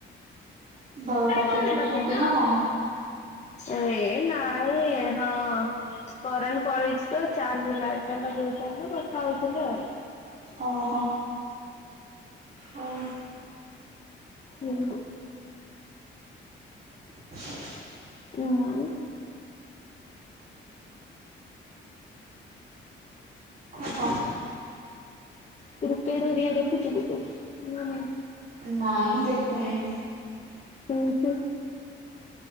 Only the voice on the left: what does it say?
କନ୍
ପାଇଁ ଲଗେଇଲ।
ଏଇ ନାଇଁ ଏ ହଁ। କରେଣ୍ଟ ପଳେଇଚି ତ ଚାର୍ଜ ଲାଇଟ୍ ଟା ଲଗେଉଚନ୍ତି ତ କଥା ହଉଥିଲି ଆଉ।
ହୁଁ
ଆଉ
କ୍ରିକେଟ ହେରିକା ଦେଖୁଛୁ କି ତୁ ନା ନାଇଁ?
ଉଁ ହୁଁ।